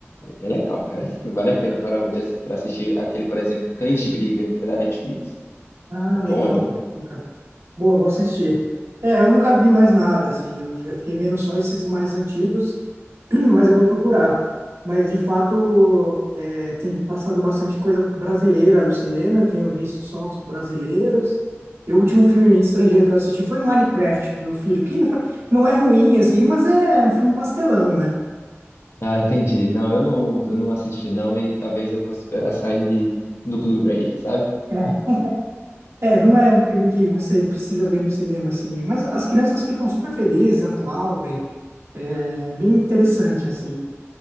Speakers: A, on the left (about 60°); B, on the right (about 65°).
A: É legal, cara. <laughs> Vale a pena para, o- de ass- para assistir aquele, por exemplo, Cães de Briga, que é da Netflix.
B: Ah,
A: É bom,
B: legal.
A: é bom.
B: Fica. Boa, vou assistir. É, eu nunca vi mais nada, assim, eu, eu fiquei vendo só esses mais antigos, <clears throat> mas eu vou procurar. Mas, de fato, é, tem passado bastante coisa brasileira no cinema, eu tenho visto só os brasileiros. E o último filme estrangeiro que eu assisti foi Minecraft, com meu filho, que <laughs> não, não é ruim, assim, mas é um filme pastelão, né?
A: Ah, entendi. Não, eu não, eu não assisti não e talvez eu vou esperar sair no Blu-ray, sabe?
B: É. É, não é um filme que você precisa ver no cinema, assim, mas as crianças ficam super felizes, aplaudem, é bem interessante, assim.